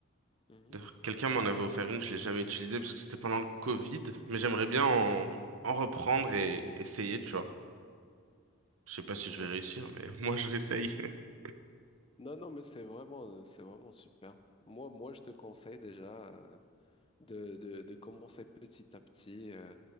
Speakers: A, on the left (about 25°); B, on the right (about 85°).
A: Mhm.
B: D'ailleurs, Quelqu'un m'en avait offert une, je l'ai jamais utilisée parce que c'était pendant le Covid, mais j'aimerais bien en, en reprendre et essayer, tu vois. Je sais pas si
A: Ouais.
B: je vais réussir, mais <laughs> moi je l'essaye. <laughs>
A: Non, non, mais c'est vraiment euh, c'est vraiment super. Moi, moi, je te conseille déjà. euh, de, de, de commencer petit à petit. euh,